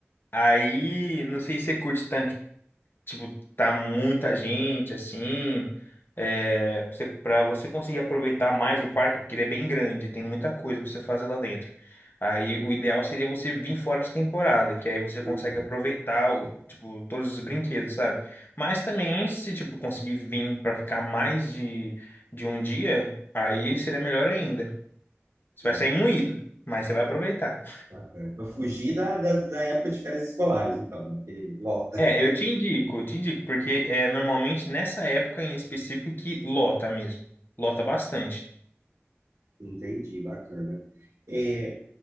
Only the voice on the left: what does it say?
Aí, não sei se você curte tanto, tipo, tá muita gente, assim, é, você, pra você conseguir aproveitar mais o parque, porque ele é bem grande, tem muita coisa pra você fazer lá dentro. Aí o ideal seria você vir fora de temporada, que aí
você consegue aproveitar o, tipo, todos os brinquedos, sabe? Mas também, se tipo, conseguir vir pra ficar mais de, de um dia, aí seria melhor ainda. Você vai
sair moído, mas você vai aproveitar.
É, eu te indico, eu te indico, porque é normalmente nessa época em específico que lota mesmo. Lota bastante.